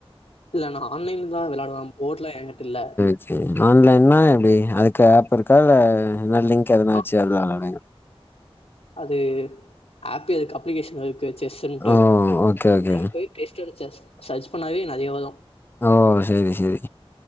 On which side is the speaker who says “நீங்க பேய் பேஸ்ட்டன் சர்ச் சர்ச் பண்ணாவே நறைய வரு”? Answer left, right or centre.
Left